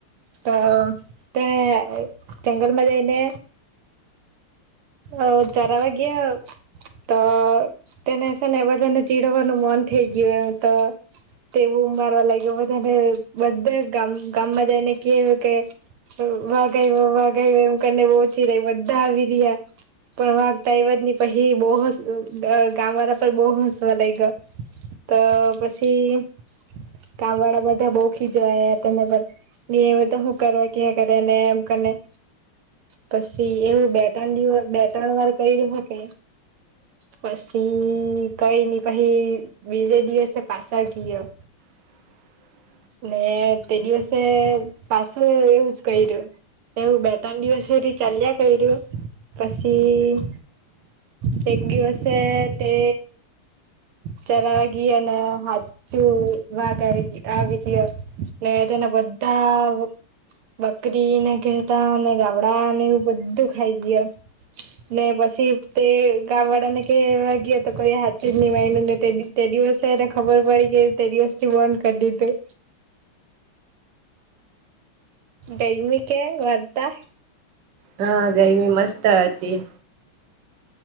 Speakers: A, on the right; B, on the right.
A: તો તે જંગલમાં જઈને અ ચરાવા ગયા. તો તેને શે ને બધાને ચીડવાનું મન થઈ ગયું એમ તો તે બુમ મારવા લાગ્યું બધાને બધા ગામ ગામમાં જઈને કેય કે વાઘ આયવો વાઘ આયવો એમ કરીને બોવ ચીરે બધા આવી રિયા. પણ વાગ તો આયવો જ ની પહી બો હસ ત ગામ વાળા પર બો હસવા લાયગો. તો પછી કામ વાળા બધા બો ખીજવાયા તેના પર ની આયો તો હું કરવા કેયા કરેને એમ કરી. પછી એવું બે ત્રણ દિવસ બે ત્રણ વાર કયરુ હું કે. પછી કઈ ની પહી બીજે દિવસે પાછા ગીયો.
B: <unintelligible>
A: ને તે દિવસે પાછો એવું જ ક રહ્યું એવું બે ત્રણ દિવસ સુધી ચાલ્યા કર્યું પછી ટેગગશે તે ચરા એનું હચુ વાગ આવી ને તેના બધા બકરીને ઘેતા અને ગબડા ને એવું બધું ખાઈ ગય ને પછી તે ગામ વાળા ને ક વા ગયો તો કોઈ હાથ જ વાયને દિવસે એને ખબર પડી કે તે દિવસથી બંધ કરી દીધું દૈમિક વતા
B: હા ગરમી મસ્ત હતી